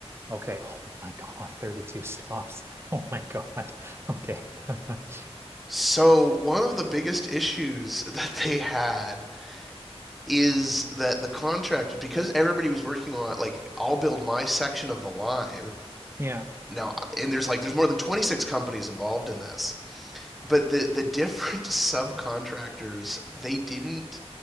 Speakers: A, on the right; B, in the centre.
A: Okay. Oh my God, 32 stops. <laughs> Oh my God. Okay. <laughs>
B: So, one of the biggest issues <laughs> that they had is that the contract, because everybody was working on it, like, I'll build my section of the line.
A: Yeah.
B: Now, and there's like, there's more than 26 companies involved in this, but the, the different <laughs> subcontractors, they didn't